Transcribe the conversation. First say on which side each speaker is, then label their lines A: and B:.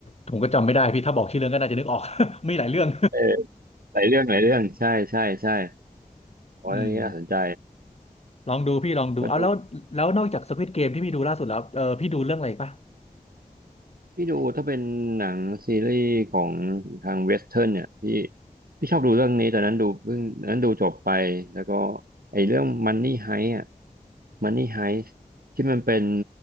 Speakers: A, on the left; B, on the right.
A: ผมก็จำไม่ได้พี่ถ้าบอกชื่อเรื่องก็น่าจะนึกออก <laughs> มีหลายเรื่อง
B: เออหลายเรื่องหลายเรื่องใช่ใช่ใช่
A: <laughs>
B: โอ้เรื่องนี้น่าสนใจ
A: อืมลองดูพี่ลองดูเอาแล้วแล้วนอกจาก
B: ก็ดู
A: Squid g a m ที่พี่ดูล่าสุดแล้วเออพี่ดูเรื่องอะไรอีกปะ
B: พี่ดูถ้าเป็นหนังซีรีส์ของทางเวสเทิร์นเนี่ยพี่พี่ชอบดูเรื่องนี้ตอนนั้นดูเพิ่งตอนนั้นดูจบไปแล้วก็ไอ้เรื่อง Money Heist อ่ะ Money Heist ที่มันเป็น